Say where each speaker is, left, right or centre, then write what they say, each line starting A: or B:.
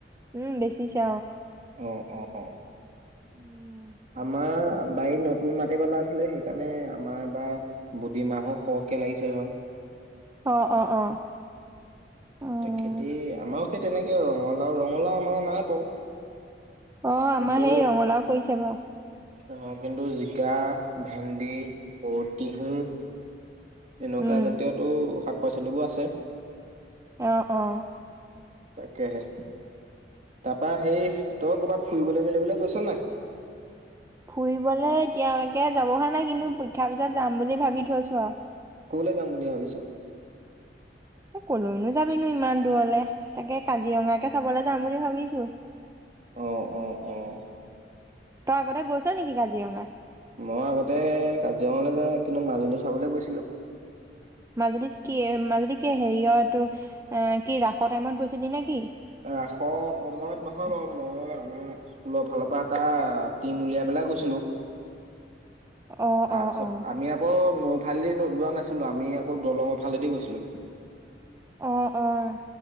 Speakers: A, on the right (about 15°); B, on the right (about 40°).
A: উম বেচিছে
B: অ অ অ
A: উমম।
B: আমাৰ বাৰীত নতুন মাটি পেলাইছিলে সেইকাৰণে আমাৰ বা বুদি মাহো সৰহকে লাগিছে ধৰ।
A: অ- অ- অ- অ',
B: খেতি আমাৰো সেই তেনেকে ৰঙালাও ৰঙালাও আমাৰ নাই বাৰু
A: অ আমাৰ
B: কিন্তু
A: সেই ৰঙালাও কৰিছে বাৰু।
B: অ কিন্তু জিকা, ভেন্দি অ টিহু এনেকুৱা
A: উম।
B: জাতীয়টো শা পাচলিবোৰ আছে
A: অঁ অঁ।
B: কে হে। তাৰপা সেই তই কবাত ফুৰিবলৈ মেলিবলৈ গৈছ নে নাই?
A: ফুৰিবলে এতিয়ালৈকে যাব হোৱা নাই কিন্তু, পৰীক্ষাৰ পিছত যাম বুলি ভাবি থৈছো আৰু।
B: কলৈ যাম বুলি ভাবিছ?
A: এ কলৈনো যাবিনো ইমান দূৰলে, তাকে। কাজিৰঙাকে চাবলৈ যাম বুলি ভাবিছ <inaudible>
B: অ' অ' অ'।
A: তই আগতে গৈছ নেকি কাজিৰঙা?
B: মই আগতে কাজিৰঙালৈ যোৱা নাই কিন্তু মাজুলী চাবলৈ গৈছিলো।
A: মাজুলীত কি- মাজুলীত কি হেৰি অ' ইটো এ- কি ৰাসৰ টাইমত গৈছিলি নেকি?
B: ৰাসৰ সময়ত নহয় বাৰু মই আমাৰ স্কুলৰ ফালৰ পৰা এটা টিম উলিয়াই পেলাই গৈছিলোঁ‌।
A: অ
B: তাৰপিছত
A: অ অ
B: আমি আকৌ নৈ ফালেদি যোৱা নাছিলোঁ আমি আকৌ দলঙৰ ফালেদি গৈছিলোঁ।
A: অ' - অ'।